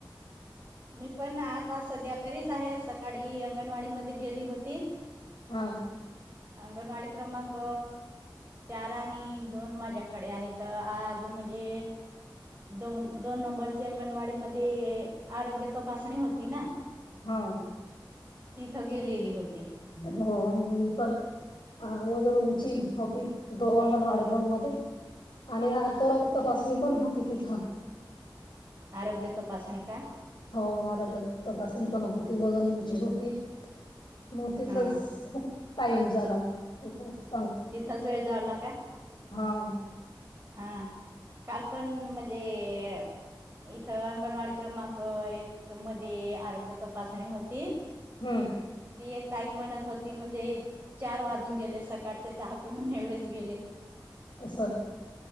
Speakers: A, on the right (about 25°); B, on the left (about 75°).
A: मी पण आत ता सध्या घरीच आहे. सकाळी अंगणवाडी मध्ये गेली होती.
B: हा
A: अंगणवाडी क्रमांक- चार आणि दोन- माझ्याकडे आहेत. आज म्हणजे दोन -दोन नंबरचे अंगणवाडी मध्ये. आरोग्य तपासणी होती. ना
B: हा
A: तिथं गेलेली होती.
B: हो मी पण अ वजन उंची होती. दो अंगणवाडी दोन मध्ये आणि तरक तपासणी पण होती. तिथं.
A: आरोग्य तपासणी का
B: हो मर तर तपासणी पण होती बघून. होते. मू तिथच.
A: हा
B: खुप टाईम झाला तिथेच.
A: तिथच वेळ जावला का-
B: हा
A: हा काल पण म्हणजे. जे इथं अंगणवाडी क्रमांक -एक मध्ये आरोग्य तपासणी होती.
B: हम
A: ती एक ताई म्हणत होती म्हणजे. चार वाजून गेले. सकाळ चहा पिऊन एवढेच गेले.
B: असं